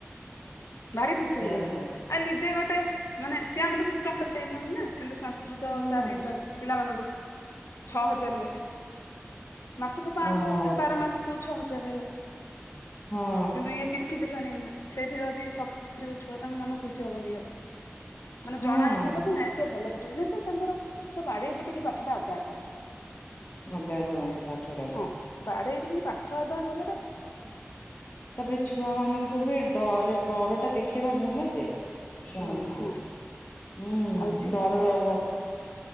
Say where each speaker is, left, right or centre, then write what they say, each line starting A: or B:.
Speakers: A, on the left; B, on the left.
A: ଭାରି ଖୁସି
B: ଯାହା
A: ହେଇଗଲେ
B: ହଉ।
A: କିନ୍ତୁ ଆଉ ନିଜେ ଗୋଟେ ମାନେ ସେ ଆମର କିଛି ଟଙ୍କା ଦେଇନାହାନ୍ତି ନା କିନ୍ତୁ ସଂସ୍କୃତ
B: ହୁଁ
A: ସାର୍
B: ହଁ
A: ନେଇଚନ୍ତି ପିଲାମାନଙ୍କଠୁ ଛଅ ହଜାର ଲେଖାଏ, ମାସକୁ ପାଞ୍ଚଶହ
B: ଓହୋ
A: ହେଲା ବାର ମାସକୁ ଛଅ ହଜାର ହେଲା।
B: ହଁ
A: କିନ୍ତୁ ଇ କିଛି ସେଇଠି ଯଦି ସକ୍ସସ କରିବେ ଛୁଆ ତାଙ୍କ ମନ ଖୁସି ହବନ ନିହାତି। ମାନେ
B: ହଁ।
A: ଜଣା ହବ ନାଇଁ ସେ ଭଲ ପା ସେ ତାଙ୍କର ସେ ବାଡେଇ ପିଟିକି ପାଠଟା ଆଦାୟ କରନ୍ତି।
B: ମ ଦେ କନ୍ତି ପାଠ ଟାକୁ
A: ହଁ ବାଡେଇ ପାଠ ଆଧା କରିବାଟା ସାରା
B: ତାପରେ ଛୁଆ ମାନଙ୍କୁ ବି ଡର ଡର ଟା ଦେଖେଇବା ଭଲ ଯେ ଛୁଆମାନଙ୍କୁ।
A: ଭଲ ହଁ
B: ହୁଁ
A: ଆଉ ଯିଏ
B: ଡର ରହିବ।